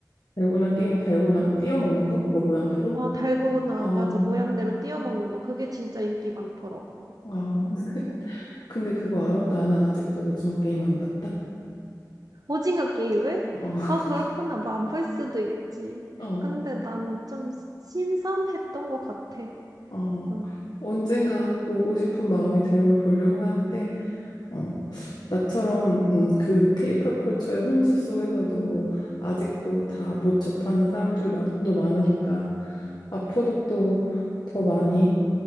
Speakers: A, on the left (about 70°); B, on the right (about 60°).
A: 달고나 게임이 달고나 띄어먹는 거? 그거 모양대로?
B: 어, 달고나,
A: 아,
B: 맞아. 모양대로 띄워 먹는 거. 그게 진짜 인기 많더라고.
A: 아. <laughs> 근데 그거 알아? 나는 아직도 오징어 게임 안 봤다.
B: 오징어 게임을?
A: 어,
B: 아, 그렇구나.
A: <laughs>
B: 뭐 안 볼 수도 있지.
A: 어,
B: 근데 나는 좀 신선했던 것 같아.
A: 어.
B: 응.
A: 언젠가
B: 응.
A: 보고 싶은 마음이 들면 보려고 하는데, 어, 나처럼 음, 그 케이팝 컬처의 홍수 속에서도 아직도 다 못 접하는 사람들도 많으니까 앞으로 또 더 많이